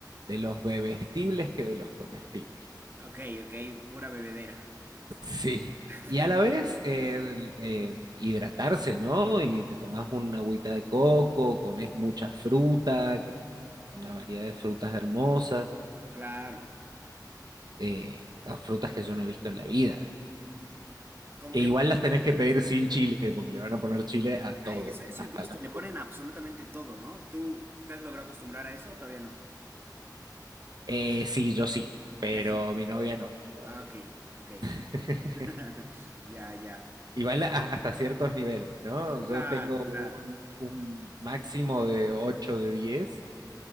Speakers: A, on the right; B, on the right.
A: de los bebestibles que de los comestibles.
B: Ok, ok, pura bebedera.
A: Sí.
B: <laughs>
A: Y a la vez
B: Ya,
A: eh, eh, hidratarse, ¿no? Y te tomás una agüita de coco, comes mucha fruta, que- una variedad de frutas hermosas,
B: claro.
A: eh, las frutas que yo no he visto en la vida.
B: Como
A: Que
B: que
A: igual las tenés que pedir sin chile, porque le van a poner chile a todo,
B: ah, eso, eso
A: hasta
B: he visto,
A: la fruta.
B: le ponen absolutamente todo, ¿no? ¿Tú te has logrado acostumbrar a eso o todavía no?
A: Eh, sí, yo sí, pero
B: Ya sí.
A: mi novia no, todavía.
B: Ah, ok,
A: <laughs>
B: ok. <laughs> Ya, ya.
A: Igual a- hasta ciertos niveles, ¿no?
B: Claro,
A: Yo tengo
B: claro.
A: un, un máximo de 8 de 10